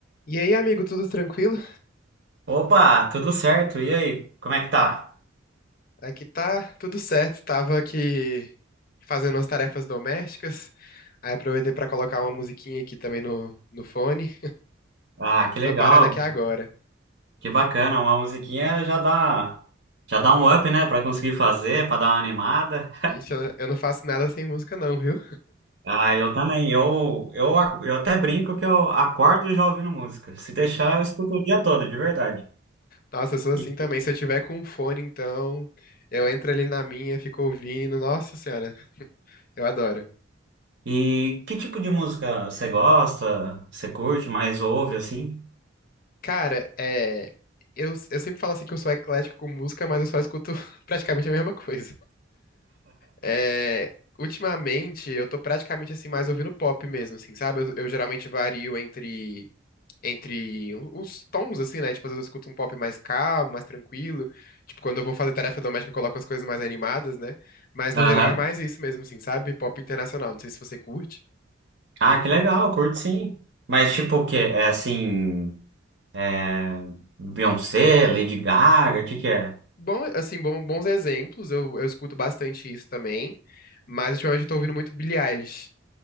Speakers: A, on the left; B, on the right.
A: E aí, amigo, tudo tranquilo?
B: Opa, tudo certo? E aí, como é que tá?
A: Aqui tá tudo certo. Tava aqui fazendo as tarefas domésticas. Aí aproveitei pra colocar uma musiquinha aqui também no, no fone.
B: Ah, que legal,
A: Tô parando aqui agora.
B: que bacana, uma musiquinha já dá, já dá um up, né, Pra conseguir fazer, pra dar uma animada.
A: Ixi, eu eu não faço nada sem música não, viu?
B: Ah, eu também, eu, eu, ac- eu até brinco que eu acordo já ouvindo música. Se deixar, eu escuto o dia todo, de verdade.
A: Nossa, eu sou assim
B: E,
A: também. Se eu tiver com um fone, então, eu entro ali na minha, fico ouvindo. Nossa senhora, eu adoro.
B: e que tipo de música você gosta, você curte, mais ouve, assim?
A: Cara, é. Eu, eu sempre falo assim que eu sou eclético com música, mas eu só escuto <laughs> praticamente a mesma coisa. É, ultimamente, eu tô praticamente assim, mais ouvindo pop mesmo, assim, sabe? Eu, eu geralmente vario entre. Entre um, uns tons, assim, né? Tipo, às vezes eu escuto um pop mais calmo, mais tranquilo. Tipo, quando eu vou fazer tarefa doméstica, eu coloco as coisas mais animadas, né? Mas
B: Aham.
A: no geral é mais isso mesmo, assim, sabe? Pop internacional. Não sei se você curte.
B: Ah, que legal, curto sim. Mas tipo o quê? É assim, é... Beyoncé, Lady Gaga, o que que é?
A: Bom, assim, bom- bons exemplos, eu, eu escuto bastante isso também, mas ultimamente eu tô ouvindo muito Billie Eilish.